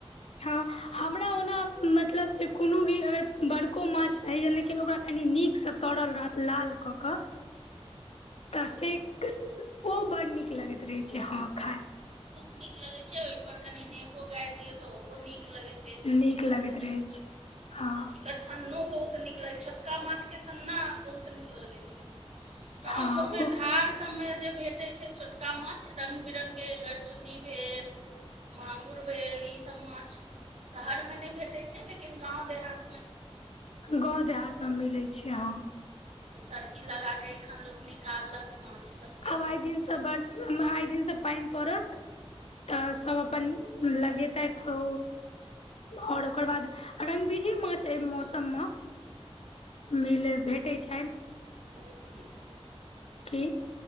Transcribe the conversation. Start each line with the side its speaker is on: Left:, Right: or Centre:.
Left: हँ, हमरा ओना मतलब जे, कोनो भी अगर बड़को माछ रहैए, लेकिन ओकरा कनि नीकसँ। तड़ल रहत, लाल कऽ कऽ,। तऽ से, ओ बड़ नीक लगैत रहै छै, हँ खा
Right: नीक लगे छै, ओई पर कनी नेबो गाारि दियो, ते ऊहो नीक लगे छै।
Left: नीक लगैत रहै छै, हँ।
Right: ओकर सन्नो बहुत नीक लगैत छै, छोटका माछके सन्ना बहुत नीक लगैत छै। गाँंव
Left: हँ
Right: सबमे,
Left: ओ
Right: धार सबमे जे भेट भेटै छै, छोटका माछ, र्ंग -बिरङंगगके गरचुन्नी भेल। मागुर भेल, ईसभ माछ शहरमे नहि भेटैत छै, लेकिन गाँव देहात
Left: गाँव देहात मे मिलै छै, हाँ।
Right: सर्की लगााके एखन लोक, निकाललक माछ सब।
Left: आब आइ दिनसँ बरसी, हमरा आइ दिनसँ पानि पड़त। तऽ सब अपन लगेताथ ओ। और ओकर बाद, रंगबिढ़हि माछ एहि मौसम मे। मिले, भेटैत छन।
Right: ओ।
Left: की।